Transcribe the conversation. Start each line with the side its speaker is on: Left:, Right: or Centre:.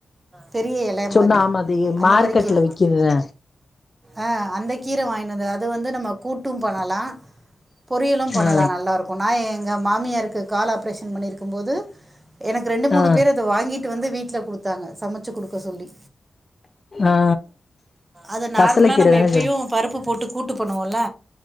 Right: பெரிய எல
Left: சொன்னா
Right: மாரி
Left: ஆமா அது
Right: அந்த
Left: மார்க்கெட்ல
Right: மாரி கீர
Left: விக்கிதுதா
Right: அ அந்த கீர வாய்னு வந்து அது வந்து நம்ம கூட்டும் பண்ணலா பொரியலும் பண்ணலா
Left: ஆ
Right: நல்லாருக்கு நா எ ங்க மாமியாருக்கு கால் ஆப்ரேஷன் பண்ணியிருக்கும் போது எனக்கு ரெண்டு மூணு
Left: ஆ
Right: பேர் அத வாங்கி ட்டு வந்து வீட்ல குடுத்தாங்க சமச்சு குடுக்க சொல்லி
Left: ஆ
Right: அது நார்மலா
Left: பசலைக்கீர
Right: நம்ம
Left: தான
Right: எப்பயு
Left: சொன்
Right: பருப்பு போட்டு கூட்டு பண்ணுவோல்ல